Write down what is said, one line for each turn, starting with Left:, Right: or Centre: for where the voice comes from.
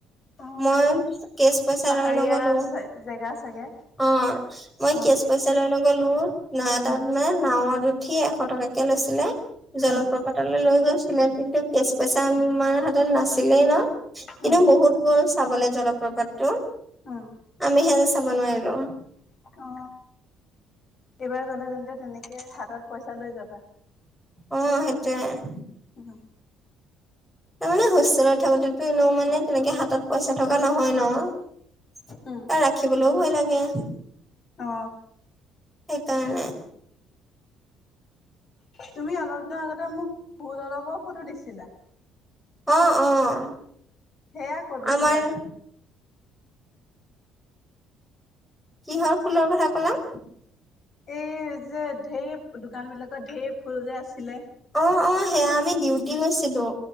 Left: অ',
Centre: মই কেচ। পইচা
Left: পাহাৰীয়া
Centre: লৈ নগলো
Left: জেগা। চাগে?
Centre: অ মই
Left: অ',
Centre: কেচ পইচা লৈ নগ'লো ন তাত
Left: উম,
Centre: মে নাওঁত উঠি। উঠি এশ টকাকে লৈছিলে জলপ্ৰপাতলৈ
Left: উম।
Centre: লৈ গৈছিলে। ছালে কিন্তু কেচ পইচা আমাৰ হাতত নাছিলেই ন কিন্তু
Left: উম,
Centre: বহুত গছ। চাবলে জলপ্ৰপাতটো
Left: উম,
Centre: আমি হে চাব নোৱাৰিলোঁ।
Left: অ এইবাৰ গ'লে তেন্তে তেনেকে হাতত পইচা লৈ যাবা।
Centre: অ সেইটোৱেই।
Left: উহ।
Centre: তাৰমানে হোষ্টেলত থাকোতেতো এনেও মানে তেনেকে হাতত পইচা থকা নহয় ন। ত
Left: উম,
Centre: ৰাখিবলৈও ভয় লাগে।
Left: অ।
Centre: সেইকাৰণে।
Left: তুমি অলপ দিনৰ আগতে মোক ফুল অলপৰ ফটো দিছিলা।
Centre: অ‌ অ।
Left: সেয়া ক'ত গৈছিলা
Centre: আমাৰ
Left: তুমি।
Centre: কিহৰ ফুলৰ কথা কলা।
Left: এই যে ঢেৰ দোকান বিলাকত ঢেৰ ফুল যে আছিলে।
Centre: অ অ সেয়া আমি ডিউটি গৈছিলোঁ